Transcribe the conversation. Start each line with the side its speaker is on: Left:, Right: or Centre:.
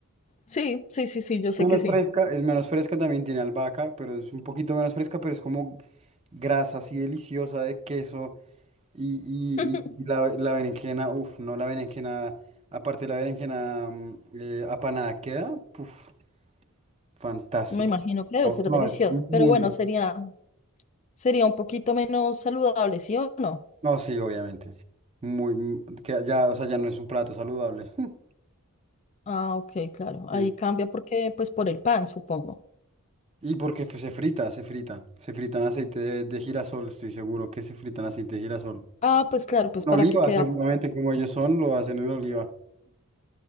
Left: Sí, sí, sí, sí, yo sé
Right: Menos
Left: que sí.
Right: fresca, es menos fresca, también tiene albahaca, pero es un poquito menos fresca, pero es como grasa así deliciosa de queso. Y, y-
Left: <laughs>
Right: y- y la, la berenjena, uff, no, la berenjena, aparte la berenjena mm, eh, apanada queda, uff, fantástica.
Left: Me imagino que debe
Right: Oh,
Left: ser
Right: No,
Left: delicioso,
Right: es muy
Left: pero bueno,
Right: rico.
Left: sería, sería un poquito menos saludable, ¿sí o no?
Right: No, sí, obviamente. Muy, mm, que ya, o sea, ya no es un plato saludable. <laughs>
Left: Ah, ok, claro. Ahí
Right: Sí.
Left: cambia porque, pues, por el pan, supongo.
Right: Y porque f- se frita, se frita, se frita en aceite de, de girasol, estoy seguro que se frita en aceite de girasol.
Left: Ah, pues claro, pues
Right: En
Left: para
Right: oliva,
Left: que quede.
Right: seguramente, como ellos son, lo hacen en oliva.